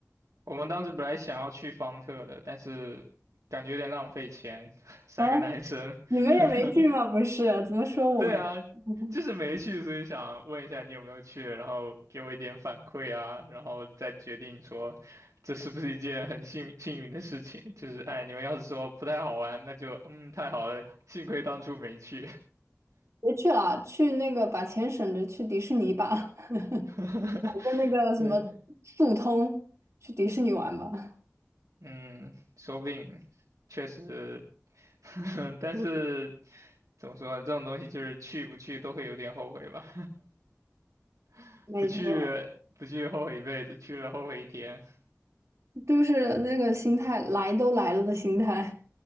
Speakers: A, on the right (about 85°); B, on the right (about 60°).
A: 我们当时本来想要去方特的，但是感觉有点浪费钱，<laughs> 三个男生。
B: 啊，你们也没去吗？
A: <laughs>
B: 不是，怎么说我们？
A: 对啊，
B: <laughs>
A: 就是没去，所以想问一下你有没有去，然后给我一点反馈啊，然后再决定说这是不是一件很幸幸运的事情。就是哎，你们要是说不太好玩，那就嗯太好了，幸亏当初没去。
B: 别去了，去那个把钱省着去迪士尼吧，<laughs>
A: <laughs>
B: 搞个那个什么速通，
A: 对。
B: 去迪士尼玩吧。
A: 嗯，说不定确实，<laughs> 但是怎么说呢？这种东西就是去不去都会有点后悔吧，<laughs>
B: 没错。
A: 不去不去后悔一辈子，去了后悔一天。
B: 就是那个心态，来都来了的心态。